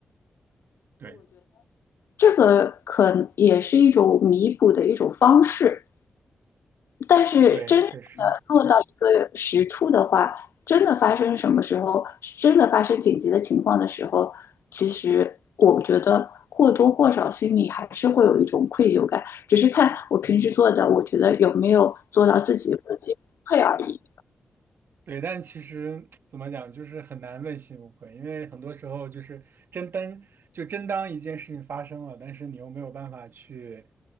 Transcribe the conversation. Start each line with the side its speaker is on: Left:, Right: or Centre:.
Right: 对，
Left: 这个可也是一种弥补的一种方式。但是真的落到一个实处的话，
Right: 对，确实，
Left: 真的发生什么时候，真的发生紧急的情况的时候，其实我觉得或多或少心里还是会有一种愧疚感，只是看我平时做的，我觉得有没有做到自己的心退而已。
Right: 对，但其实怎么讲，就是很难问心无愧，因为很多时候就是真当就真当一件事情发生了，但是你又没有办法去，